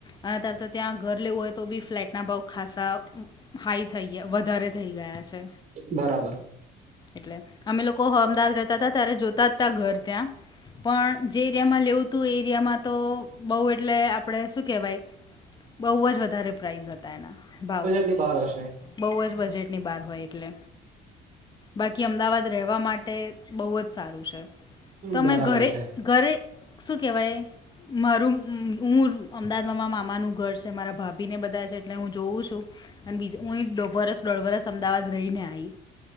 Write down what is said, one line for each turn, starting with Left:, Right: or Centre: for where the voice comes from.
Left: અને અતાર તો ત્યાં ઘર લેવું હોય તો બી ફ્લેટના ભાવ ખાસા હાઈ થઈ ગયા વધારે થઈ ગયા છે.
Right: બરાબર
Left: એટલે અમે લોકો હમદા જતાતા ત્યારે જોતાજ તા ઘર ત્યાં પણ જે એરિયામાં લેવુંતું એ એરિયામાં તો બહુ એટલે આપણે શું કહેવાય, બહુ જ વધારે પ્રાઇઝ હતા એના ભાવ.
Right: લી બાર હશે
Left: બહુ જ બજેટની બહાર હોય એટલે, બાકી અમદાવાદ રહેવા માટે બહુ જ સારું છે, તમે
Right: બરાબર
Left: ઘરે
Right: છે
Left: ઘરે શું કહેવાય, મારું હું અમદાવાદમાં મારા મામાનું ઘર છે, મારા ભાભી ને બધા છે, એટલે હું જોઉં છું. અને બીજું હુઇ ડો વરસ દોઢ વરસ અમદાવાદ રહીને આઈ.